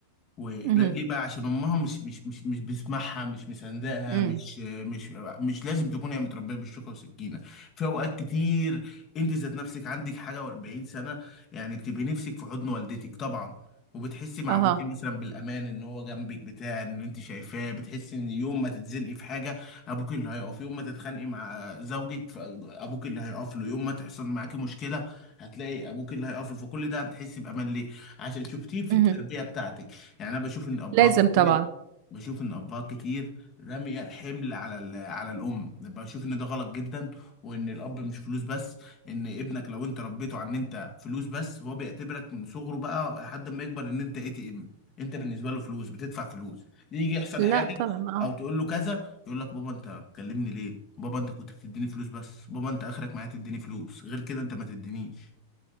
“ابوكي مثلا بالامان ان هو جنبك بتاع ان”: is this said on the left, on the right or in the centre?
Left